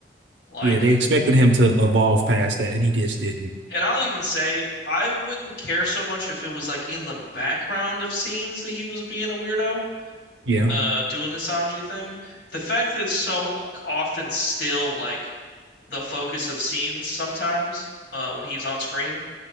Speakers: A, on the left; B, on the right.
A: like
B: yeah, they expected him to evolve past that, and he just didn't.
A: And I'll even say I wouldn't care so much if it was like in the background of scenes that he was being a weirdo,
B: Yeah,
A: uh, doing his Sanji thing. The fact that it's so often still like the focus of scenes sometimes, uh, when he's on screen